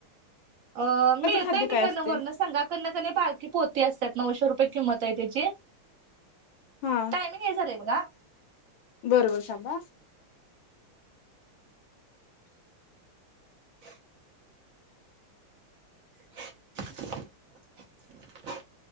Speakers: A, on the right; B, on the left.
A: अ मिळेतय
B: खाद्य
A: तिकड
B: काय असतय
A: न वरन संघातना कना क बालकी पोती असतात नऊशे रुपये किंमत आहे त्याची
B: हा
A: हे झालंय बघा
B: बरोबर सांभा
A: <inaudible> <inaudible>